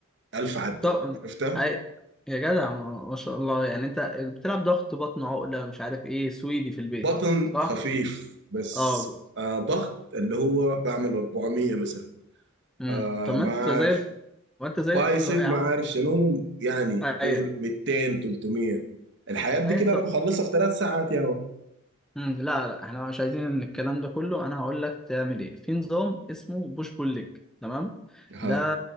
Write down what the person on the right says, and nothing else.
1000 عدة
عرفتها؟
بطن
خفيف بس
آه ضغط اللي هو بعمل 400 مثلا
آه
ما
عارف
بايسب
ما
عارف شنو يعني
قول 200 300 الحاجات دي
كده
انا بخلصها في ثلاث ساعات يا عم
ها